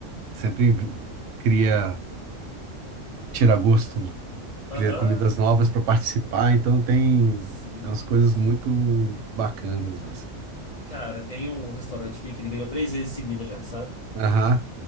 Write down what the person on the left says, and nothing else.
Aham,
sim,
nossa.
Cara, tem um restaurante aqui que ele ganhou três vezes seguida já, sabe?